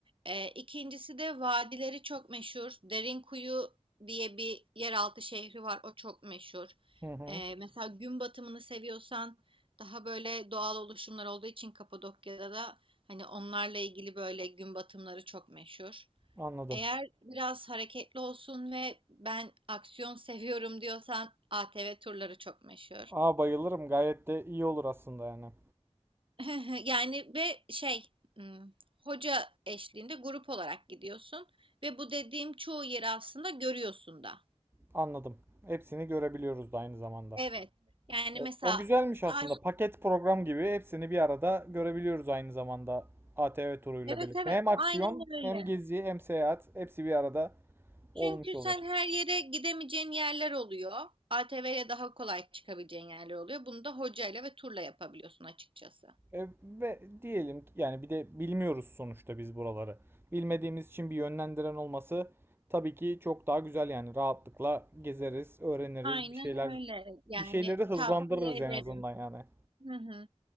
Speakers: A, on the right (about 45°); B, on the right (about 20°).
A: Ee, ikincisi de vadileri çok meşhur. Derinkuyu diye bir yeraltı şehri var. O çok meşhur.
B: Hı hı,
A: Ee, mesela gün batımını seviyorsan daha böyle doğal oluşumlar olduğu için Kapadokya'da da hani onlarla ilgili böyle gün batımları çok meşhur.
B: anladım.
A: Eğer biraz hareketli olsun ve ben aksiyon <laughs> seviyorum diyorsan ATV turları çok meşhur.
B: Aa bayılırım. Gayet de iyi olur aslında yani.
A: <laughs> Yani ve şey hmm, hoca eşliğinde grup olarak gidiyorsun ve bu dediğim çoğu yeri aslında görüyorsun da.
B: Anladım. Hepsini görebiliyoruz da aynı zamanda.
A: Evet. Yani
B: E,
A: mesela
B: O güzelmiş aslında.
A: ay,
B: Paket program gibi hepsini bir arada görebiliyoruz aynı zamanda ATV turuyla
A: evet
B: birlikte.
A: evet
B: Hem aksiyon,
A: aynen öyle.
B: hem gezi, hem seyahat hepsi bir arada
A: Çünkü
B: olmuş oluyor.
A: sen her yere gidemeyeceğin yerler oluyor. ATV'ye daha kolay çıkabileceğin yerler oluyor. Bunu da hocayla ve turla yapabiliyorsun açıkçası.
B: E, ve diyelim ki yani bir de bilmiyoruz sonuçta biz buraları. Bilmediğimiz için bir yönlendiren olması tabii ki çok daha güzel yani rahatlıkla gezeriz, öğreniriz,
A: Aynen
B: bir şeyler
A: öyle.
B: bir
A: Yani
B: şeyleri hızlandırırız
A: tavsiye ederim.
B: en azından yani.
A: Hı hı.